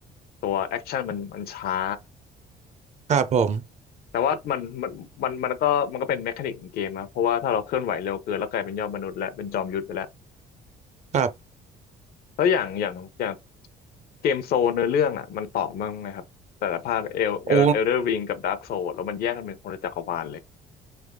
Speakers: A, on the left; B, on the right.
A: ตัวแอคชั่นมันมันช้า
B: ครับผม
A: แต่ว่ามันมันมันมันก็มันก็เป็นแมคานิกของเกมนะเพราะว่าถ้าเราเคลื่อนไหวเร็วเกินแล้วกลายเป็นยอดมนุษย์และเป็นจอมยุทธไปแล้ว
B: ครับ
A: แล้วอย่างอย่างอย่างเกมโซลเนื้อเรื่องอ่ะมันต่อมั่งไหมครับแต่ละภาคเอลเอลเอลเดอร์ริงกับดาร์กโซลแล้วมันแยกกันเป็นคนละจักรวาลเลย
B: โอ้